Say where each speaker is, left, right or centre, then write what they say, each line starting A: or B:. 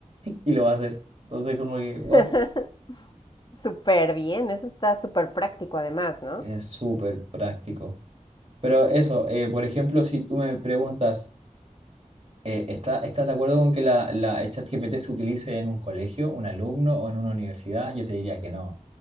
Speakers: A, on the right; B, on the left.
A: Y lo va a hacer. Entonces, como que, wow,
B: <laughs> Súper bien, eso está súper práctico además, ¿no?
A: es súper práctico. Pero eso, eh, por ejemplo, si tú me preguntas, eh, ¿está- ¿estás de acuerdo con que la, la el ChatGPT se utilice en un colegio, un alumno o en una universidad? Yo te diría que no,